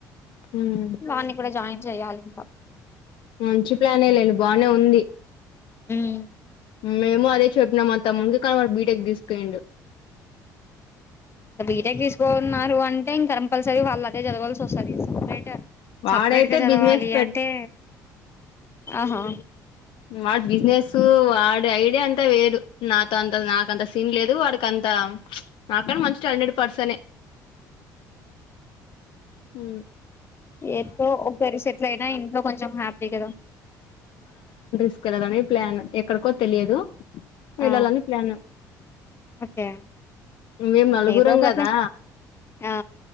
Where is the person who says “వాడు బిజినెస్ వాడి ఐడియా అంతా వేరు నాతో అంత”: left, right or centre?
Left